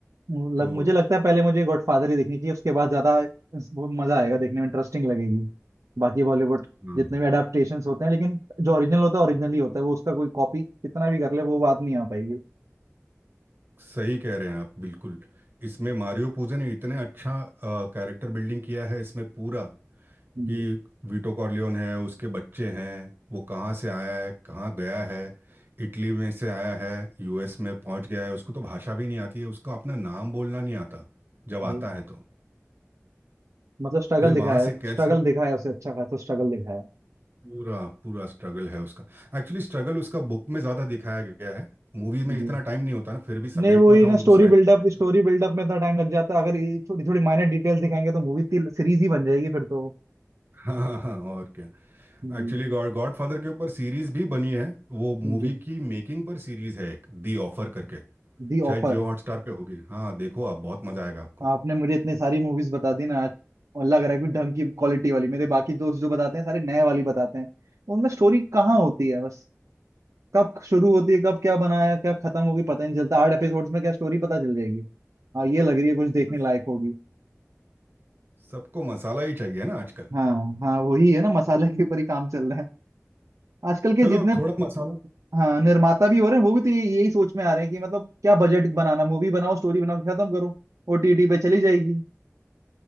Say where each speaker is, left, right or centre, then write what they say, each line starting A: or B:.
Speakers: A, on the right (about 80°); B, on the right (about 45°).
A: मु-
B: तो
A: लग, मुझे लगता है पहले मुझे गॉडफादर ही देखनी चाहिए उसके बाद ज्यादा इस- वो मजा आएगा देखने में इंटरेस्टिंग लगेगी बाकी बॉलीवुड
B: हम्म,
A: जितने भी अडेप्टेशंस होते हैं लेकिन जो ओरिजिनल होता है ओरिजिनल ही होता है वो उसका कोई कॉपी कितना भी कर ले वो बात नहीं आ पाएगी
B: सही कह रहे हैं आप बिल्कुल इसमें मारियो पूजे ने इतने अच्छा कैरेक्टर बिल्डिंग किया है इसमें पूरा
A: जी
B: कि वीटो कॉर्लियोन है उसके बच्चे हैं वो कहाँ से आया है कहाँ गया है इटली में से आया है यूएस में पहुंच गया है उसको तो भाषा भी नहीं आती है उसको अपना नाम बोलना नहीं आता जब
A: अरे
B: आता है तो
A: मतलब स्ट्रगल
B: फिर
A: दिखाया
B: वहां
A: है
B: से कैसे
A: स्ट्रगल दिखाया है उसे अच्छा खासा स्ट्रगल दिखाया है
B: पूरा पूरा स्ट्रगल है उसका एक्चुअली स्ट्रगल उसका बुक में ज़्यादा दिखाया गया है मूवीज में
A: जी
B: इतना टाइम नहीं होता ना फिर भी समेटना
A: नहीं वही
B: था
A: ना
B: उनको
A: स्टोरी
B: साढ़े
A: बिल्डअप
B: <laughs>
A: स्टोरी बिल्डअप में इतना टाइम लग जाता है। अगर ये थोड़ी थोड़ी माइनर डिटेल्स दिखाएंगे तो मूवी सीरीज ही बन जाएगी फिर तो
B: हाँ हाँ और क्या
A: जी
B: एक्चुअली गॉड गॉड फादर के ऊपर सीरीज भी बनी है वो मूवी
A: जी
B: की मेकिंग पर सीरीज है एक दी ऑफर करके
A: The
B: शायद
A: offer
B: जियो हॉटस्टार पे होगी हाँ देखो आप बहुत मज़ा आएगा आपको
A: आपने मुझे इतनी सारी मूवीज बता दी ना आज और लग रहा है कि ढंग की क्वालिटी वाली मेरे बाकी दोस्त जो बताते हैं सारे नए वाली बताते हैं उनमें स्टोरी कहाँ होती है बस कब शुरू होती है कब क्या बनाया क्या खत्म होगी पता ही नहीं चलता आठ एपिसोड्स में क्या स्टोरी पता चल जाएगी हाँ ये लग रही है कुछ देखने
B: बस,
A: लायक होगी
B: सबको मसाला ही चाहिए ना आजकल
A: हाँ हाँ वही है ना मसाला के ऊपर ही काम चल रहा है आजकल के
B: चलो
A: जितने
B: थोड़ा मसाला
A: हाँ निर्माता भी हो रहे हैं वो भी तो ये- यही सोच में आ रहे हैं कि मतलब क्या बजट बनाना मूवी बनाओ स्टोरी बनाओ खत्म करो ओटीटी पे चली जाएगी